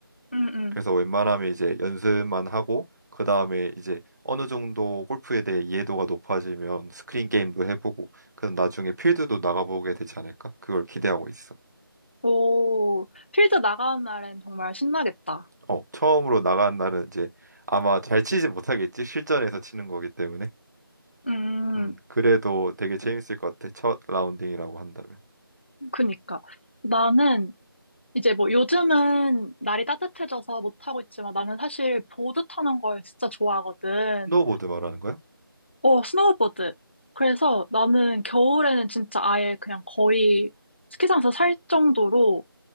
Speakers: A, on the left; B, on the right.
A: 음,
B: 그래서
A: 응
B: 웬만하면 이제 연습만 하고 그 다음에 이제 어느 정도 골프에 대해 이해도가 높아지면 스크린 게임도 해보고 그럼 나중에 필드도 나가보게 되지 않을까? 그걸 기대하고 있어.
A: 오, 필드 나가는 날엔 정말 신나겠다.
B: 어, 처음으로 나간 날은 이제 아마 잘 치지 못하겠지? 실전에서 치는 거기 때문에.
A: 음,
B: 음, 그래도 되게 재밌을 것 같아. 첫 라운딩이라고 한다면.
A: 그니까. 나는 이제 뭐 요즘은 날이 따뜻해져서 못하고 있지만 나는 사실 보드 타는 걸 진짜 좋아하거든.
B: 스노우보드 말하는 거야?
A: 어, 스노우보드. 그래서 나는 겨울에는 진짜 아예 그냥 거의 스키장에서 살 정도로